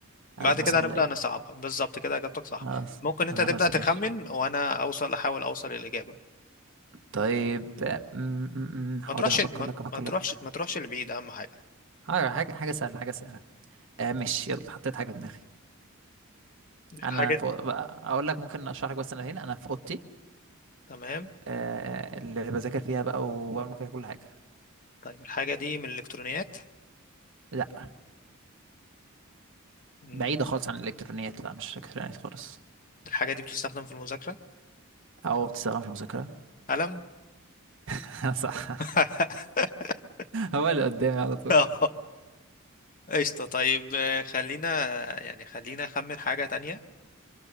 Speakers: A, on the right; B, on the left.
A: المصلية
B: بعد كده هنبدأ نصعبها بالظبط كده اجابتك صح
A: خلاص
B: ممكن انت
A: خلاص
B: تبدأ تخمن
A: ماشي
B: وانا اوصل احاول اوصل للإجابة
A: طيب آه، م- م- م، حاضر
B: ما تروحش
A: هفكر
B: ما,
A: لك هفكر
B: ما تروحش
A: لك
B: ما تروحش لبعيد اهم حاجة
A: حاضر حاجة حاجة سهلة حاجة سهلة آه ماشي يلا حطيت حاجة في دماغي
B: الحاجة
A: انا فوق بقى اقول لك ممكن اشرح لك بس انا هنا انا في اوضتي
B: تمام
A: آه اللي بذاكر فيها بقى وبعمل فيها كل حاجة
B: طيب الحاجة دي من الالكترونيات
A: لا
B: مم،
A: بعيدة خالص عن الالكترونيات لا مش الكترونيات خالص
B: الحاجة دي بتستخدم في المذاكرة
A: او بتستخدم في المذاكرة
B: قلم
A: <laughs> صح
B: <laughs>
A: هو اللي قدامي على طول
B: آه. قشطة طيب آه، خلينا يعني خلينا أخمن حاجة تانية